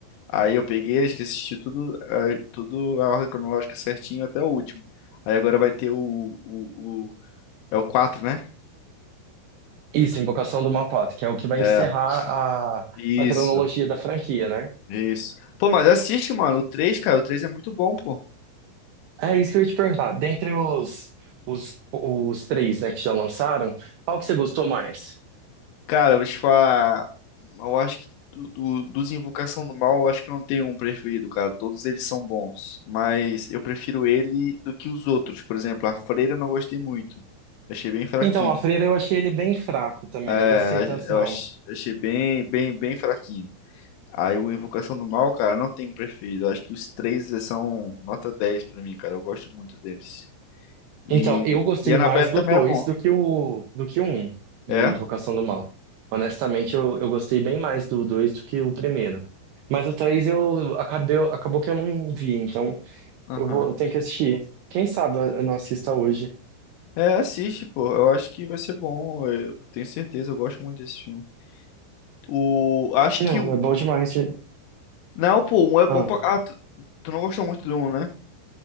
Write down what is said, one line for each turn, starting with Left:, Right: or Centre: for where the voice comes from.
Left: Aí eu peguei, a gente assistiu tudo, ah, tudo a ordem cronológica certinho até o último. Aí agora vai ter o, o, o- é o quatro né?
Right: Isso, Invocação do Mal quatro, que é o que vai
Left: É.
Right: encerrar a,
Left: Isso.
Right: a cronologia da franquia, né?
Left: Isso. Pô, mas assiste, mano. O três cara. O 3 é muito bom, pô.
Right: É isso que eu ia te perguntar. Dentre os, os, os três, né, que já lançaram, qual que você gostou mais?
Left: Cara, eu vou te falar. Eu acho que do, do- dos Invocação do Mal, eu acho que não tenho um preferido, cara. Todos eles são bons. Mas eu prefiro ele do que os outros. Por exemplo, a Freira eu não gostei muito. Achei bem fraquinho.
Right: Então, a Freira eu achei ele bem fraco também,
Left: É,
Right: não gostei tanto
Left: eu
Right: não.
Left: ach- achei bem, bem, bem fraquinho. Aí o Invocação do Mal, cara, não tenho um preferido. Eu acho que os três são nota 10 pra mim, cara. Eu gosto muito deles. E,
Right: Então, eu gostei
Left: e Annabelle
Right: mais do
Left: também
Right: 2
Left: é bom.
Right: do que o do que o um, de
Left: É?
Right: Invocação do Mal. Honestamente, eu, eu gostei bem mais do 2 do que o primeiro. Mas o 3 eu acabei, acabou que eu não vi, então
Left: Aham.
Right: eu vou, eu tenho que assistir. Quem sabe eu não assista hoje.
Left: É, assiste, pô. Eu acho que vai ser bom. Eu tenho certeza, eu gosto muito desse filme. O. Acho
Right: Não,
Left: que o.
Right: é bom demais. de-
Left: Não, pô, um é bom
Right: Ah,
Left: pra. Ah, tu, tu não gostou muito do um, né?